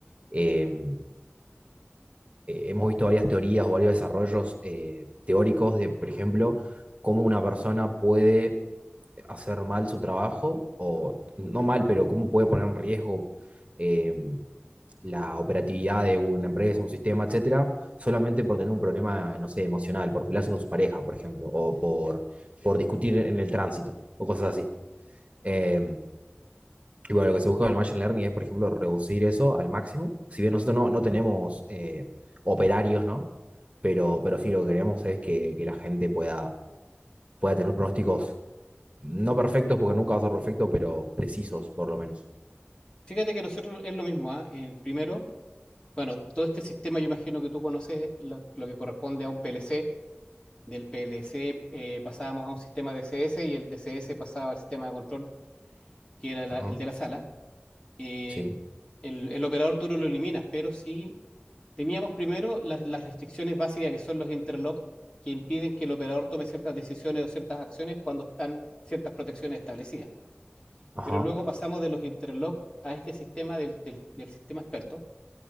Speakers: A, on the right; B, on the left.
A: em, eh, hemos visto varias teorías o varios desarrollos eh, teóricos de, por ejemplo, cómo una persona puede hacer mal su trabajo, o no mal, pero cómo puede poner en riesgo eh, la operatividad de una empresa, un sistema, etcétera, solamente por tener un problema, no sé, emocional, por pelearse con su pareja, por ejemplo, o por, por discutir en el tránsito, o cosas así. Eh, y bueno, lo que se busca con el Machine Learning es, por ejemplo, reducir eso al máximo. Si bien nosotros no, no tenemos eh, operarios, ¿no? Pero, pero sí lo que queremos es que, que la gente pueda, pueda tener pronósticos no perfectos, porque nunca va a ser perfecto, pero precisos, por lo menos.
B: Fíjate que nosotros es lo mismo, ¿ah? El primero, bueno, todo este sistema, yo imagino que tú conoces lo, lo que corresponde a un PLC. Del PLC eh, pasábamos a un sistema DCS y el DCS pasaba al sistema de control, que era la,
A: Ajá,
B: el de la sala. eh,
A: sí,
B: el, el operador tú no lo eliminas, pero sí teníamos primero las, las restricciones básicas que son los interlock que impiden que el operador tome ciertas decisiones o ciertas acciones cuando están ciertas protecciones establecidas.
A: ajá,
B: Pero luego pasamos de los interlock a este sistema del, del- del sistema experto,